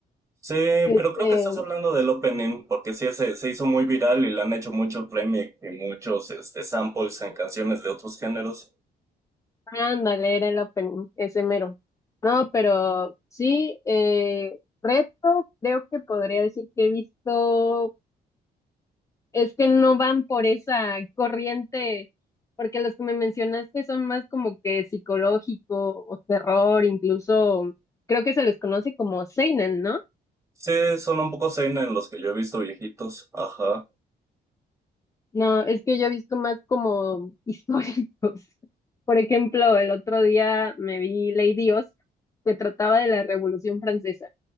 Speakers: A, on the right (about 15°); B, on the left (about 20°).
A: Sí,
B: Este,
A: pero creo que estás hablando del opening, porque sí, ese se hizo muy viral y le han hecho muchos remix y muchos este, samples en canciones de otros géneros.
B: ándale, era el opening, ese mero. No, pero sí, eh, retro, creo que podría decir que he visto, es que no van por esa corriente, porque los que me mencionaste son más como que psicológico o terror, incluso creo que se les conoce como seinen, ¿no?
A: Sí, son un poco zen en los que yo he visto viejitos. Ajá.
B: No, es que yo he visto más como <laughs> históricos. Por ejemplo, el otro día me vi Lady Oscar, que trataba de la Revolución Francesa.